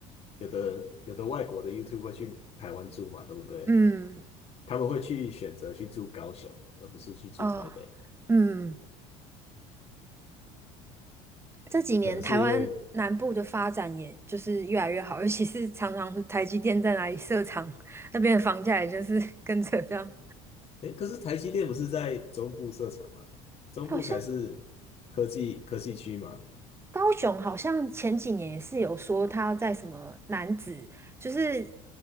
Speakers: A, on the left (about 40°); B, on the right (about 15°).
A: 有的有的外国的 YouTube 会去台湾住嘛，对不对？
B: <laughs> 嗯，
A: 他们会去选择去住高雄，而不是去住台北。
B: 哦，嗯。这几年台湾南部的发展也就是越来越好，
A: 可能是因为，
B: 尤其是常常台积电在哪里设厂，那边的房价也就是跟着这样。
A: 哎，可是台积电不是在中部设厂吗？中部才是科技科技区嘛。
B: 好像。高雄好像前几年也是有说他要在什么男子，就是